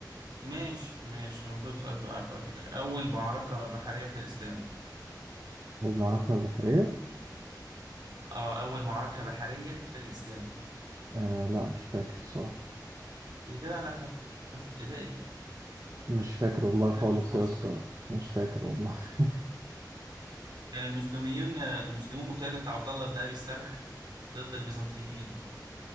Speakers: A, on the right (about 70°); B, on the right (about 45°).
A: ماشي ماشي المفروض السؤال تبقى عارفه على فكرة أول معركة بحرية في الإسلام
B: هو المعركة البحرية
A: اه أول معركة بحرية في الإسلام
B: آه لا مش فاكر الصراحة
A: يا جدع ده احنا في ابتدائي
B: مش فاكر والله خالص
A: كده كنا حافظينها
B: يا اسطى مش فاكر والله <laughs>
A: كان المسلمين آه، المسلمون بقيادة عبد الله بن أبي السرح ضد البيزنطيين